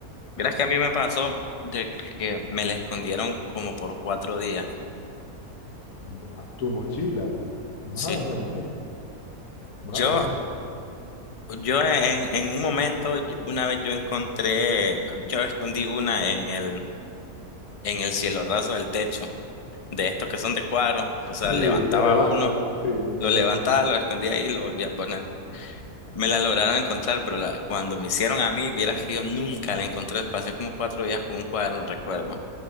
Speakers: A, on the left; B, on the left.
A: Verás que a mí me pasó de que me la escondieron como por cuatro días.
B: <laughs> tu mochila, madre
A: Sí.
B: mía. Ma-
A: Yo
B: Eso es-
A: Yo en, en un momento, yo- una vez yo encontré, yo escondí una en el, en el cielo raso del techo, de estos que son de cuadros o sea,
B: sí,
A: levantaba
B: y lo levantas,
A: uno,
B: sí, y lo
A: lo levantaba,
B: dejas. de-
A: lo escondía ahí y lo volvía a poner. Me la lograron encontrar, pero la- cuando me hicieron a mí, vieras que yo nunca la encontré, pasé como cuatro días con un cuaderno, recuerdo.